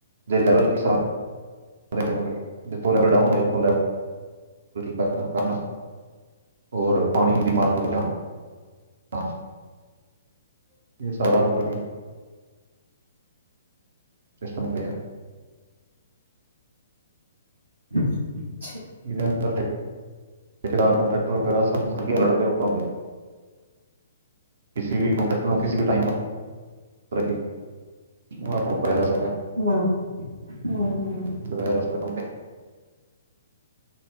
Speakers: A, on the right; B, on the right.
A: ਦੇ ਲੈਵਲ ਕਿਸ ਤਰ੍ਹਾਂ? ' <unintelligible> 'ਜਿੱਥੋਂ ਲੈਵਲ ਡਾਊਨ ਹੋ ਜਾਏ। ਕਰ ਕਰਨਾ ਹੋਰ, ਪਾਣੀ ਦੀ ਮਾਰਤ ਬਚਾਣਾ। ' <unintelligible> ਇਹ ਸਾਰਾ ਮਤਲਬ ਕਿ ਕ੍ਰਿਸ਼ਨ ਮਡਰੀਆ
B: ' <inaudible>
A: ' <unintelligible> ' ਵਗੈਰਾ ਸਭ ਮਤਲਬ' ' <unintelligible> ਕਿਸੇ ਵੀ ਕੰਪੈਕਟਰ ਨੂੰ, ਕਿਸੇ ਵੀ ਟਾਈਮ, ਮਤਲਬ ਕਿ ਉਹ ਕਰਿਆ ਜਾ ਸਕਦਾ।
B: ਹਮ, ਹਮ-ਹਮ।
A: ' <unintelligible>